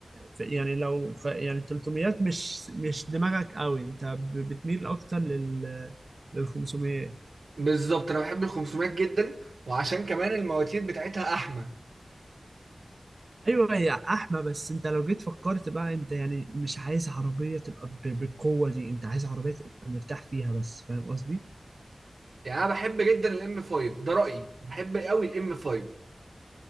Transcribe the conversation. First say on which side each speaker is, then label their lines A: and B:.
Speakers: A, on the right; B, on the right.
A: ف- يعني لو خ- يعني 300 مش مش دماغك قوي انت ب- بتميل اكتر لل لل 500
B: بالظبط انا بحب ال 500 جدا وعشان كمان المواتير بتاعتها احمى
A: ايوه يا احمى بس انت لو جيت فكرت بقى انت يعني مش عايز عربيه تبقى ب- بالقوه دي انت عايز عربيه تبقى مرتاح فيها بس فاهم قصدي؟
B: يعني انا بحب جدا الام 5 ده رايي بحب قوي الام 5